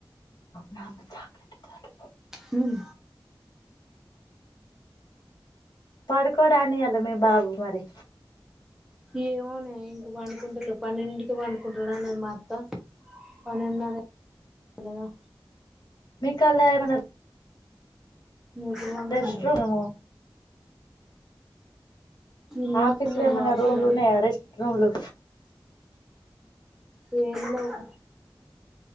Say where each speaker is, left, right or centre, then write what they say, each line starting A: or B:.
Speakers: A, on the left (about 50°); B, in the centre.
A: నానమ్మ చాక్లేట్ ఇత్తది అంట
B: మ్
A: పడుకోడానే ఇయళ మీ బాబు మరి
B: ఏమోనే ఇంగ పండుకుంటాలేవ్ పన్నెడింటికి పండుకుంటాడు అన్నది మా అత్త పన్నెన్నర అలగా
A: మీక్ కాల్లే నన్నరు.
B: ఎప్పుడు కొనుకుంటడు
A: రెస్ట్ రూము
B: కింద
A: ఆఫిస్
B: ఉన్నాయి
A: లో ఏమన
B: వాష్రూమ్
A: రూమ్లు ఉన్నాయ రెస్ట్ రూమ్లు
B: ఏమ్ లేవ్